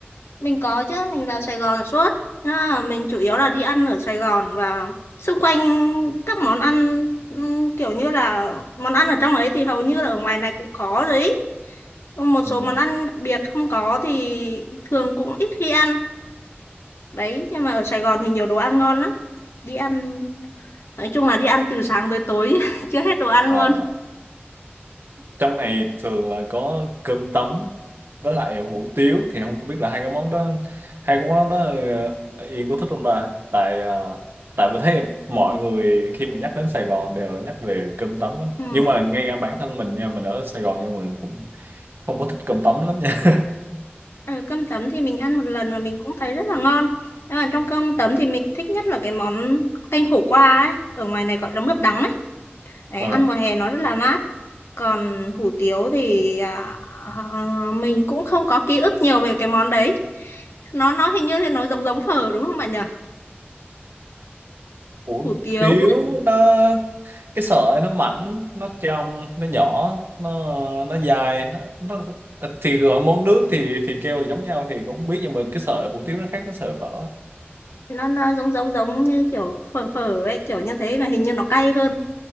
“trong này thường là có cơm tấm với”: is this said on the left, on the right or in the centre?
Right